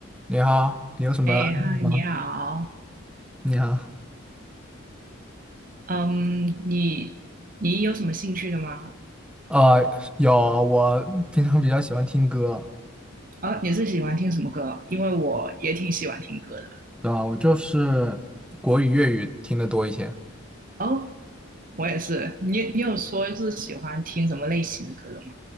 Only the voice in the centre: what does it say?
你好，你有什么爱好吗？
你好，
呃，有，我平常比较喜欢听歌，
对吧？我就是国语、粤语听的多一些。